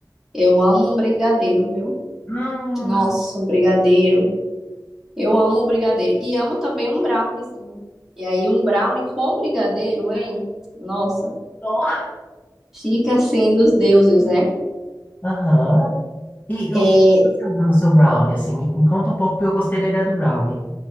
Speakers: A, in the centre; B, on the left.
A: eu amo um brigadeiro, viu?
B: Hum,
A: Nossa, um brigadeiro. Eu amo brigadeiro. E amo também um browniezinho. E aí, um brownie com brigadeiro, hein? Nossa,
B: Só.
A: fica assim dos deuses, né?
B: aham. E
A: É,
B: o que você usa no seu brownie, assim? Me, me conta um pouco, porque eu gostei da ideia do brownie.